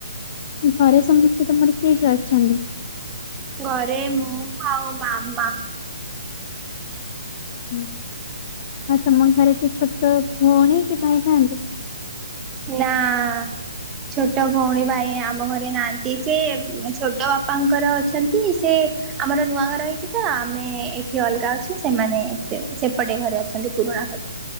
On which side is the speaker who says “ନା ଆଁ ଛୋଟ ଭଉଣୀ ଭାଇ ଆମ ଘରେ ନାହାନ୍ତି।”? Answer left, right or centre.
Right